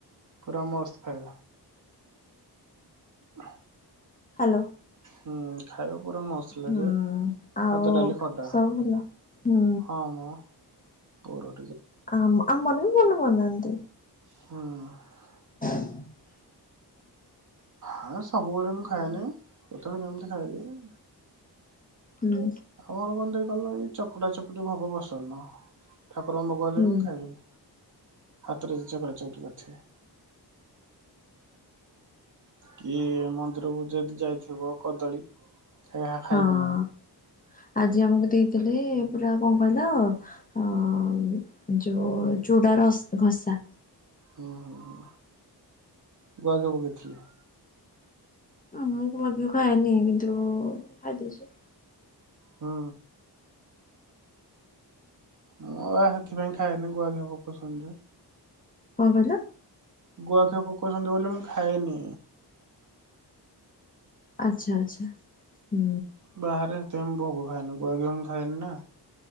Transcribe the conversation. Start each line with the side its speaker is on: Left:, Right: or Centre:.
Right: ପୁରା ମସ୍ତ ଖାଇବା। ଆ
Left: ହାଲୋ।
Right: ହୁଁ ଖା ଖାଇବା ପୁରା ମସ୍ତ୍ ଲାଗେ
Left: ହୁଁ ଆଉ
Right: ଭାତ ଡାଲି ଖଟା
Left: ସବୁ ଭଲ ହୁଁ
Right: ହଁ ମ। ପର
Left: ଆମ ଆମର ବି ଭଲ ବନାନ୍ତି।
Right: ହୁଁ।
Left: <unintelligible>
Right: ହେ ସବୁବେଳେ ମୁଁ
Left: ହଁ
Right: ଖାଏନି କେତେବେଳେ କେମିତି ଖାଇଦିଏ।
Left: ହୁଁ
Right: ଆମର କଣ ଟିକେ କହିଲ ଏଇ ଚକୁଟା ଚକୁଟି ଭୋଗ ପସନ୍ଦ ନୁହଁ। ଠାକୁରଙ୍କ ଭୋଗ ହେଲେ
Left: ହୁଁ
Right: ବି ମୁଁ ଖାଇବିନି। ହାତରେ ଚକଟା ଚକଟି କରିଥିବେ। କିଏ ମନ୍ଦିରକୁ ଯଦି ଯାଇଥିବ କଦଳୀ। ସେ ଖା-ଖାଇବିନୁ।
Left: ହଁ ଆଜି ଆମକୁ ଦେଇଥିଲେ ପୁରା କଣ କହିଲ ଅ ଯୋଉ। ଚୁଡ଼ାର ଘସା।
Right: ହୁଁ ହୁଁ ହୁଁ ଗୁଆଘିଆ ପକେଇଥିଲେ।
Left: ମୁଁ ଗୁଆଘିଅ ଖାଏନି କିନ୍ତୁ ଖାଇ ଦେଇଛି।
Right: ହୁଁ। ମୁଁ ବା ସେଥିପାଇଁ ଖାଏନି ଗୁଆଘିଅ ପକଉଛନ୍ତି ଯୋଉ।
Left: କଣ କହିଲ?
Right: ଗୁଆଘିଆ ପକଉଛନ୍ତି ବୋଲି ମୁଁ ଖାଏନି।
Left: ଆଚ୍ଛା ଆଚ୍ଛା। ହୁଁ
Right: ବାହାରେ ସେଥିପାଇଁ ମୁଁ ଭୋଗ ଖାଏନି ଗୁଆଘିଅ ମୁଁ ଖାଏନି ନା।